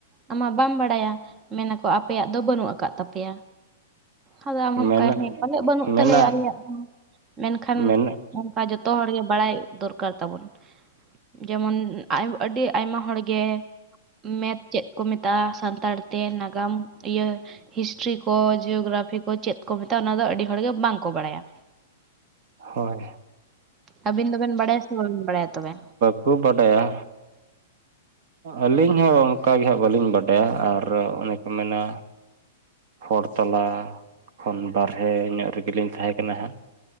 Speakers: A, on the right (about 30°); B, on the right (about 55°).
A: ᱟᱢᱟᱜ ᱵᱟᱢ ᱵᱟᱲᱟᱭᱟ ᱢᱮᱱᱟᱠᱚ ᱟᱯᱮᱭᱟᱜ ᱫᱚ ᱵᱟᱹᱱᱩᱜ ᱟᱠᱟᱫ ᱛᱟᱯᱮᱭᱟ᱾ ᱟᱫᱚ ᱟᱢ ᱦᱚᱸ
B: ᱢᱮᱱᱟᱜ
A: ᱚᱠᱟᱭᱟ ᱦᱮᱸ ᱯᱟᱞᱮᱜ ᱵᱟᱹᱱᱩᱜ
B: ᱢᱮᱱᱟᱜ
A: ᱛᱟᱞᱮᱭᱟ ᱟᱞᱮᱭᱟᱜ ᱫᱚ᱾ ᱢᱮᱱᱠᱷᱟᱱ
B: ᱢᱮᱱᱟᱜ
A: ᱚᱱᱠᱟ ᱡᱚᱛᱚ ᱦᱚᱲ ᱜᱮ ᱵᱟᱲᱟᱭ ᱫᱚᱨᱠᱟᱨ ᱛᱟᱵᱚᱱ᱾ ᱡᱮᱢᱚᱱ ᱟᱹᱰᱤ ᱟᱭᱢᱟ ᱦᱚᱲ ᱜᱮ ᱢᱮᱛ ᱪᱮᱫ ᱠᱚ ᱢᱮᱛᱼᱼ ᱥᱟᱱᱛᱟᱲ ᱛᱮ ᱱᱟᱜᱟᱢ ᱤᱭᱟᱹ ᱦᱤᱥᱴᱨᱤ ᱠᱚ ᱡᱤᱭᱳᱜᱨᱟᱯᱷᱤ ᱠᱚ ᱪᱮᱫ ᱠᱚ ᱢᱮᱛᱟᱜᱟ ᱚᱱᱟ ᱫᱚ ᱟᱹᱰᱤ ᱦᱚᱲ ᱜᱮ ᱵᱟᱝ ᱠᱚ ᱵᱟᱲᱟᱭᱟ᱾
B: ᱦᱳᱭ᱾
A: ᱟᱹᱵᱤᱱ ᱫᱚᱵᱮᱱ ᱵᱟᱲᱟᱭᱟ ᱥᱮ ᱵᱟᱹᱵᱤᱱ ᱵᱟᱲᱟᱭᱟ ᱛᱚᱵᱮ?
B: ᱠᱷᱩᱵ ᱵᱟᱰᱟᱭᱟ᱾ ᱟᱹᱞᱤᱧ ᱦᱚᱸ ᱚᱱᱠᱟᱜᱮ ᱦᱟᱸᱜ ᱵᱟᱹᱞᱤᱧ ᱵᱟᱰᱟᱭᱟ ᱟᱨ ᱚᱱᱮ ᱠᱚ ᱢᱮᱱᱟ ᱦᱚᱲ ᱛᱟᱞᱟ ᱠᱷᱚᱱ ᱵᱟᱨᱦᱮ ᱧᱚᱜ ᱨᱮᱜᱮᱞᱤᱧ ᱛᱟᱦᱮᱸ ᱠᱟᱱᱟ ᱦᱟᱸᱜ᱾